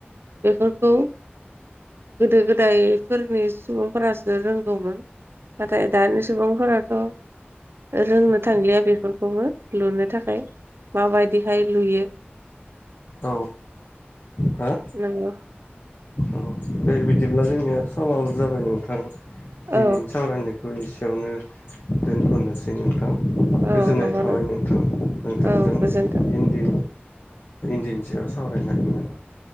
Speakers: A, on the right (about 70°); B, on the left (about 60°).
A: बेफोरखौ गोदो गोदायफोरनि सुबुंफोरासो रों गौमोन। नाथाय दानि सुबुंफोराथ' रोंनो थांलिया बे फोरखौबो लुनो थाखाय माबायदिहाय लुयो।
B: औ हो
A: नंगौ
B: औ दे बिदि ब्ला जोंनिया समाबो जाबाय नोंथां दिनैनि
A: औ
B: सावरायनाया बेखौ एसेयावनो दोनथ'नोसै नोंथां। गोजोननाय
A: औ नंगौ
B: थाबाय नोंथां नोंथांजों
A: औ गोजोन्थों
B: इन्दि बिनि सायाव सावरायनानै